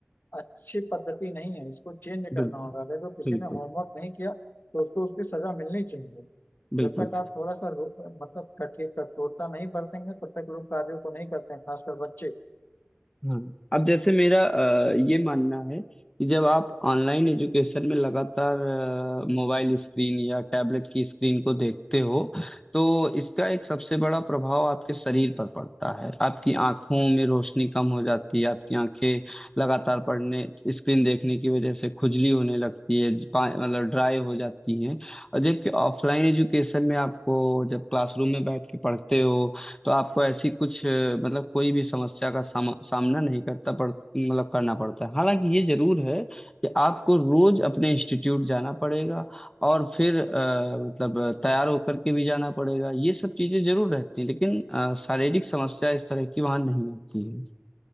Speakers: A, on the left; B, on the left.
A: अच्छी पद्धति नहीं है इसको चेंज करना
B: बिल्कुल
A: होगा अगर जो किसी
B: बिल्कुल
A: ने होमवर्क नहीं किया तो उसको उसकी सजा मिलनी चाहिए
B: बिल्कुल
A: जब तक आप थोड़ा सा रो- मतलब कठिन कठोरता नहीं बरतेंगे तब तक लोग कार्यों को नहीं करते हैं खासकर बच्चे
B: हाँ अब जैसे मेरा अ, ये मानना है कि जब आप ऑनलाइन एजुकेशन में लगातार मोबाइल स्क्रीन या टैबलेट की स्क्रीन को देखते हो तो इसका एक सबसे बड़ा प्रभाव आपके शरीर पर पड़ता है आपकी आंखों में रोशनी कम हो जाती है आपकी आंखें लगातार पढ़ने स्क्रीन देखने की वजह से खुजली होने लगती है पा- मतलब ड्राई हो जाती है और जबकि ऑफलाइन एजुकेशन में आपको जब क्लासरूम में बैठ के पढ़ते हो तो आपको ऐसी कुछ अ, मतलब कोई भी समस्या का साम, सामना नहीं करता पड़ मतलब करना पड़ता है हालांकि ये जरूर है कि आपको रोज अपने इंस्टीट्यूट जाना पड़ेगा और फिर अ, मतलब अ, तैयार होकर के भी जाना पड़ेगा ये सब चीजें जरूर रहती हैं लेकिन अ, शारीरिक समस्या इस तरह की वहां नहीं आती है